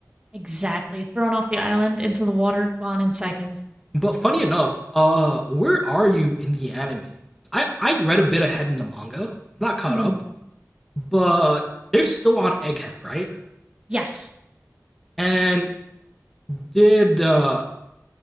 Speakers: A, on the right; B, in the centre.
A: Exactly. Thrown off the island into the water, gone in seconds.
B: But funny enough, uh, where are you in the anime? I I read a bit ahead in the manga. I'm not caught
A: hmm
B: up, but they're still on Egghead, right?
A: Yes.
B: And did uh